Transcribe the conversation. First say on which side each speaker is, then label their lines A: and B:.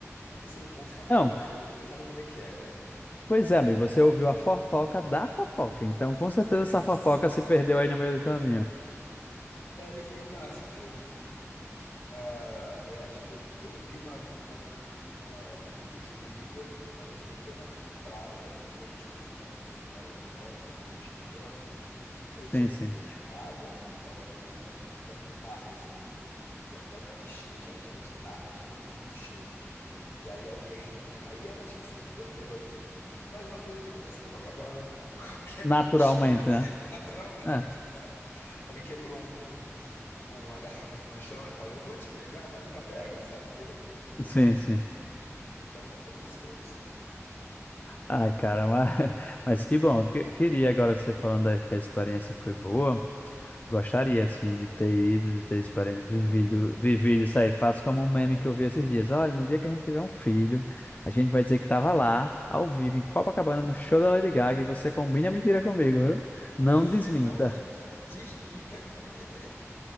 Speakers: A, on the left (about 50°); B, on the left (about 35°).
A: Eu não sei o quão facada
B: Não,
A: foi, porque sabe como é que é, né?
B: pois é, amigo, você ouviu a fofoca da fofoca. Então,
A: <laughs>
B: com certeza,
A: É
B: essa
A: isso.
B: fofoca se perdeu aí no meio do caminho.
A: É, e foi o máximo que eu vi. Ah, eu acho que eu, eu vi uma, uma, uma início de briga, mas nem foi na praia, foi tipo assim, na Nossa Senhora, em Copacabana, na rua de dentro. Eu tinha
B: Sim, sim.
A: ido no mercado ainda, tava ainda no- na, no- na tarde, assim, e a cidade tava cheia já, já de tarde, já tudo muito cheio. E aí alguém. Aí era tipo assim, dois bêbados. Mas uma coisa que acontece em Copacabana em qualquer
B: Naturalmente,
A: <laughs> dia, assim,
B: né?
A: naturalmente,
B: É,
A: sabe? Alguém quebrou um, um- uma garrafa assim no chão e falou: Eu vou te pegar, mas nunca pega, sabe, bêbado?
B: sim, sim.
A: Então foi isso que eu vi só.
B: Ai, cara, mas, <laughs> mas que bom. Que- queria agora que você falando da- que a experiência foi boa. Gostaria, assim, de ter ido, de ter experi-
A: Querido,
B: vivido,
A: né?
B: vivido isso aí. Faço como um meme que eu vi esses dias. Olha, no dia que a gente tiver um filho, a gente vai dizer que tava lá, ao vivo, em Copacabana, no show da Lady Gaga, e você combina a mentira comigo, viu?
A: Você
B: Não desminta.
A: não <laughs> desminta comigo. <laughs>